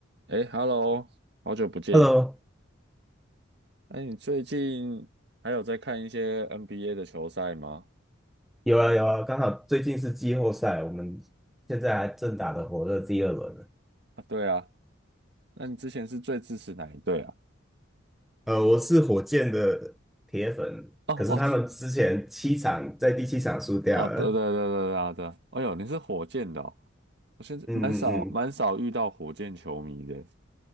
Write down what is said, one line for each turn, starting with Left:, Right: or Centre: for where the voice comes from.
Right: 哎，Hello，好久不见。
Centre: Hello，
Right: 哎，你最近还有在看一些 NBA 的球赛吗？
Centre: 有啊有啊，刚好最近是季后赛，我们现在还正打的火热第二轮呢。
Right: 啊，对啊，那你之前是最支持哪一队啊？
Centre: 呃，我是火箭的铁粉，
Right: 哦哦
Centre: 可是他们之前七场在第七场输掉了。
Right: 哦，对对对对对啊对啊。哎呦，你是火箭的哦我现在蛮少蛮少遇到火箭球迷的。
Centre: 嗯嗯嗯，